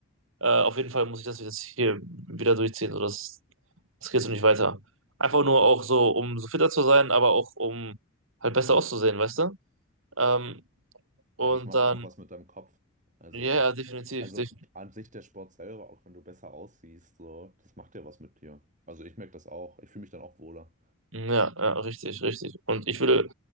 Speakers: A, on the right; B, on the right.
A: äh, auf jeden Fall muss ich das jetzt hier wieder durchziehen, so, das, das geht so nicht weiter. Einfach nur auch so, um so fitter zu sein, aber auch um halt besser auszusehen, weißt du? Ähm, und
B: ja, das macht
A: dann,
B: ja auch was mit deinem Kopf. Also,
A: ja, ja, definitiv,
B: also
A: def
B: an sich der Sport selber, auch wenn du besser aussiehst, so, das macht ja was mit dir. Also ich merke das auch. Ich fühle mich dann auch wohler.
A: ja, ja, richtig, richtig. Und ich will,